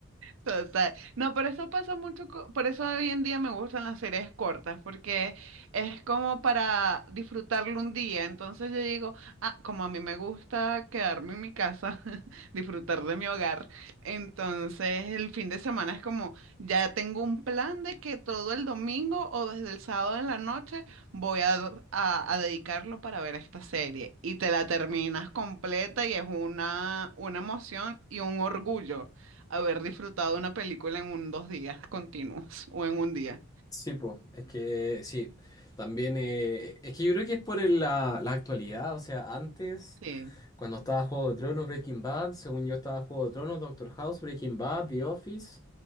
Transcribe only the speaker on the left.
Sí, pues, es que sí. También, eh, es que yo creo que es por el- la, la actualidad, o sea, antes...
Cuando estaba Juego de Tronos, Breaking Bad, según yo estaba Juego de Tronos, Doctor House, Breaking Bad, The Office,